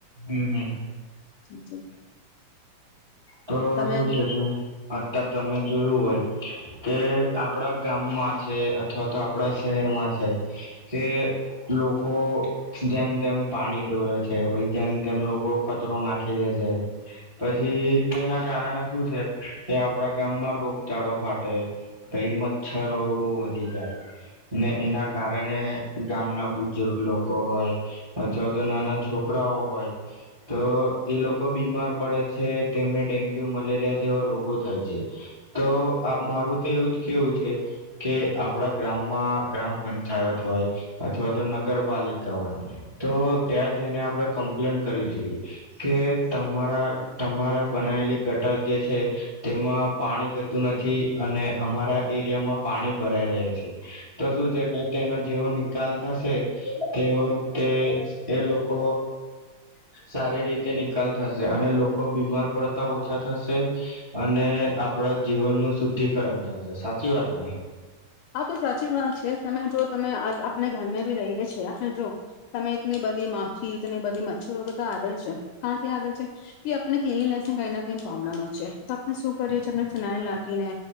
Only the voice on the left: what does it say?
<unintelligible>
તમે
આ તો સાચી વાત છે, તમે જો તમે આપણે ઘરમે બી રહીએ છીએ આપણે જો તમે એટલી બધી માખી એટલી બધી મચ્છરો બધા આવે છે, કાંથી આવે છે, કે આપને ક્લિનનેસ ને કંઈને કઈ પ્રોબ્લેમ જ છે, તો આપણે શું કરીએ છીએણે ફિનાઇલ નાખીને